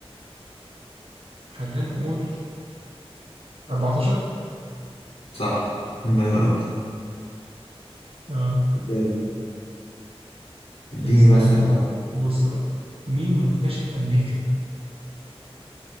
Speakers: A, on the right (about 65°); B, on the left (about 75°).
A: خلينا نقول 14
B: صح ده أنا-
A: اه
B: يلا اديني
A: استنى
B: بس اللي بعد
A: بص بقى مين مكتشف أمريكا